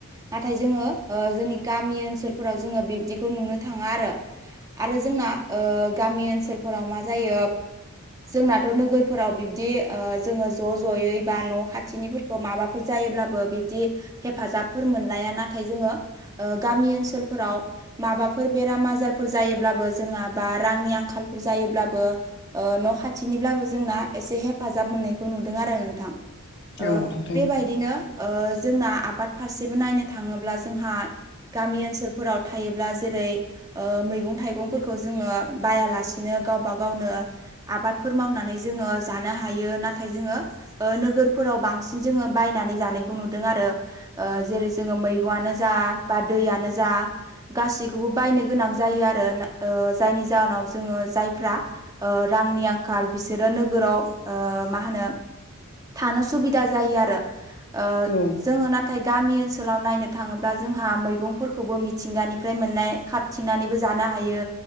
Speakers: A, on the right; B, on the left.
A: नाथाय जोंङो ओ जोंनि गामि ओनसोलफोराव जोंङो बिब्दि खौ नुनो थाङा आरो आरो जोंना ओ गामि ओनसोलफोराव मा जायो जोंनाथ' नोगोरफोराव बिब्दि ओ जोंङो ज' ज'यै बा न' खाथिनि माबाफोर जायोब्लाबो बिबदि हेफाजाबफोर मोनलाया नाथाय जोंङो ओ गामि ओनसोलफोराव माबाफोर बेराम आजारफोर जायोब्लाबो जोंहा बा रांनि आंखालफोर जायोब्लाबो ओ न' खाथिनिब्लाबो जोंना एसे हेफाजाब मोननायखौ नुदों आरो नोंथां। ओ
B: औ नोंथां
A: बेबायदिनो ओ जोंना आबाद फारसेबो नायनो थाङोब्ला जोंहा गामि ओनसोलफोराव थायोब्ला जेरै ओ मैगं थाइगंफोरखौ जोंङो बायालासेनो गावबा गावनो आबादफोर मावनानै जोंङो जानो हायो नाथाय जोंङो ओ नोगोरफोराव बांसिन जोंङो बायनानै जानायखौ नुदों आरो ओ जेरै जोंङो मैगंआनो जा बा दैयानो जा गासैखौबो बायनो गोनां जायो आरो ओ जायनि जाहोनाव जोंङो जायफ्रा ओ रांनि आंखाल बिसोरो नोगोराव ओ मा होनो थानो सुबिदा जायो आरो ओ
B: औ
A: जोंङो नाथाय गामि ओनसोलाव नायनो थाङोब्ला जोंहा मैगंफोरखौबो मिथिंगानि फ्राय मोननाय खाबथिंनानैबो जानो हायो